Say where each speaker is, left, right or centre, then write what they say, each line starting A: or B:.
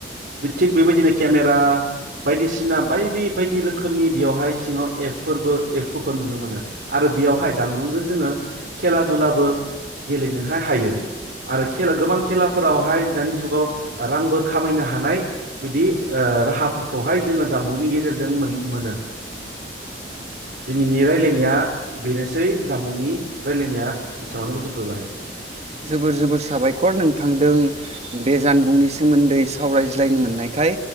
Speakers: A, on the right; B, on the right.
A: थिग बेबायदिनो केमेरा बायदिसिना बायदि बायदि रोखोमनि बेयावहाय सिङाव एप्सफोरबो एप्सफोरखौ नुनो मोनो आरो बेयावहाय जानबुंजों जोङो खेला दुलाबो गेलेनोहाय हायो आरो खे गोबां खेलाफोरावहाय दानि जुगाव रांबो खामायनो हायो थानाय बिदि राहाफोरखौहाय जोङो जामबुंनि गेजेरजों मोन मोनो दिनैनि रायलायनाया बेनोसै जामबुंनि रायलायनाया बेसेबावनो बोजोबबोबाय
B: जोबोर जोबोर साबायखर नोंथांदों बे जानबुंनि सोमोन्दै सावरायज्लायनो मोननायखाय